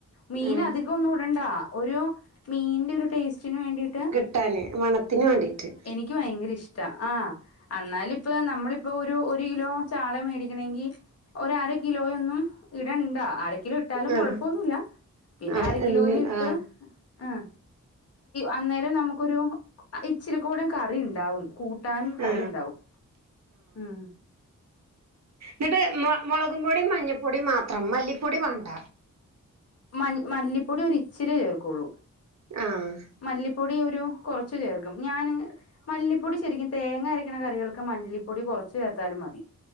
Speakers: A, on the left; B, on the right.
A: മീന്
B: ഉം
A: അധിക ഒന്നു ഇടണ്ടാ ഒരു മീന്റെ ഒരു ടേസ്റ്റിന് വേണ്ടിയിട്ട്
B: ട്ടാന് മണത്തിന് വേണ്ടീട്ട്
A: ക്ക് ഭയങ്കര ഇഷ്ടാ ആ അന്നാല് ഇപ്പ നമ്മള്പ്പോ ഒരു ഒരു കിലോ ചാള മേടിക്കണങ്കി ഒര് അര കിലോയൊന്നും ഇടണ്ടാ അര കിലോ ഇട്ടാലും
B: ആ ആ
A: കൊഴപ്പൊന്നുല്ല പിന്നെ
B: ആ
A: അര കിലോയ്‌ ഇട്ട് ആ അന്നേരം നമുക്കൊരു ഇച്ചിരി കൂടേം കറി ഇണ്ടാവും കൂട്ടാനും കറി
B: ആ
A: ഇണ്ടാവും ഉം
B: ന്നട്ട് മൊ മൊളകും പൊടിം മഞ്ഞ പോടിം മാത്രം മല്ലി പോടി വാണ്ട
A: മൻ മല്ലിപ്പൊടി ഒരു ഇച്ചിരി ചേർക്കോള്ളൂ
B: ആഹ്
A: മല്ലിപ്പൊടി ഒരു കോറച്ച് ചേർക്കും ഞാന് മല്ലിപ്പൊടി ശരിക്കും തേങ്ങ അരയ്ക്കണ കറികൾക്ക് മല്ലിപ്പൊടി കുറച്ച് ചേർത്താലും മതി